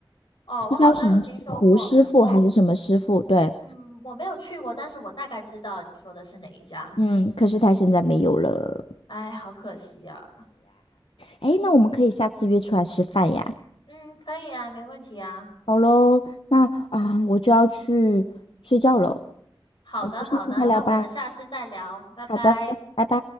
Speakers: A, on the left; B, on the left.
A: 哦，
B: 是叫什么师胡师傅还是什么师傅？
A: 我好像有听说过，我
B: 对。
A: 嗯，我没有去过，但是我大概知道你说的是哪一家。
B: 嗯，可是他现在没有了。
A: 哎，好可惜呀、
B: 哎，那我们可以下次约出来吃饭呀。
A: 嗯，可以啊，没问题啊。
B: 好喽，那啊，我就要去睡觉了，
A: 好的，
B: 我们下次再聊吧。
A: 好的，那我们下次再聊，拜拜。
B: 好的，拜拜。